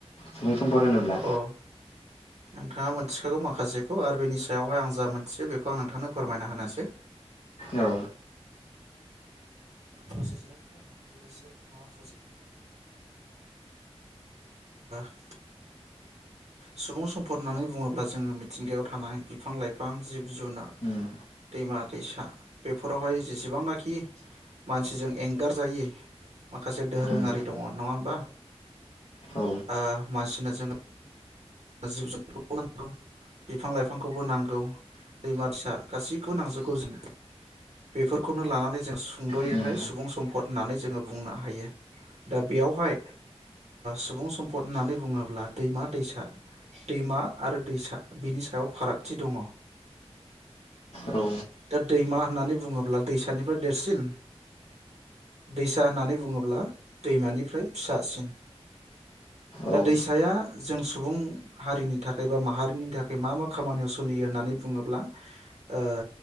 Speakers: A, on the left; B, on the right.
A: सुबुं सम्पद होनोब्ला
B: अ नोंथाङा मोन्थिखागौ माखासेखौ आरो बेनि सायावहाय आं जा मोन्थियो बेखौ आं नोंथांनो फोरमायना होनोसै।
A: औ
B: प्रसिजार बेसे माबा प्रजेक्टनि <unintelligible> सुबुं सम्पद होन्नानै बुङोब्ला जोङो मिथिंगायाव थानाय बिफां लाइफां, जिब जुनार,
A: उम
B: दैमा दैसा बेफोरावहाय जेसेबांनाखि मानसिजों एंगारजायि माखासे दोरोङारि
A: उम
B: दङ नङा होमबा।
A: औ
B: ओ मानसिनो जोङो जिब जुनारखौबो नांगौ बिफां लाइफांखौबो नांगौ दैमा दैसा गासैखौबो नांजोबगौ जोनो बेफोरखौनो लानानै जों सुंदयैहाय
A: उम
B: सुबुं सम्फद होन्नानै जोङो बुंनो हायो। दा बेयावहाय सुबुं सम्फद होन्नानै बुङोब्ला दैमा दैसा दैमा आरो दैसा बिनि सायाव फारागथि दङ।
A: औ
B: दा दैमा होन्नानै बुङोब्ला दैसानिफ्राय देरसिन दैसा होन्नानै बुङोब्ला दैमानिफ्राय फिसासिन। दा
A: औ
B: दैसाया जों सुबुं हारिनि थाखाय बा माहारिनि थाखाय मा मा खामानियाव सोलियो होन्नानै बुङोब्ला ओ